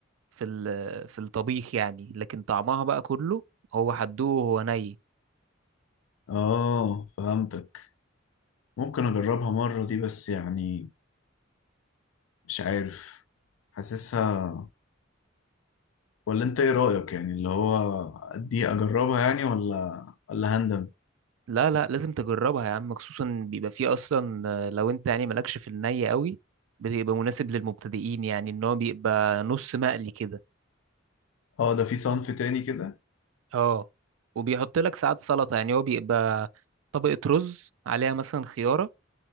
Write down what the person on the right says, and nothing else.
في ال في الطبيخ يعني لكن طعمها بقى كله هو حدوه وهو ني
لا لا لازم تجربها يا عم خصوصا بيبقى فيه اصلا آه، لو انت يعني مالكش في الني قوي بيبقى مناسب للمبتدئين يعني ان هو بيبقى نص مقلي كده
اه وبيحط لك ساعات سلطة يعني هو بيبقى طبقة رز عليها مثلا خيارة